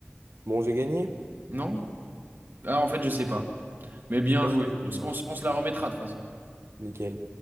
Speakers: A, on the right; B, on the right.
A: Bon, j'ai gagné.
B: Non? Ah, en fait, je sais pas. Mais bien
A: Je pense
B: joué.
A: que j'ai gagné.
B: On, s- on s- on se la remettra de toute façon.
A: Nickel.